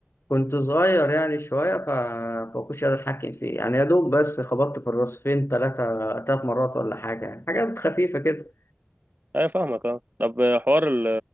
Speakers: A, on the left (about 75°); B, on the right (about 45°).
A: كنت صغير يعني شويه ف... فما كنتش قادر اتحكم فيه يعني يا دوب بس خبطت في الراس فين ثلاثه ثلاث مرات ولا حاجه يعني حاجات خفيفه كده
B: ايوه فاهمك اه طب حوار ال-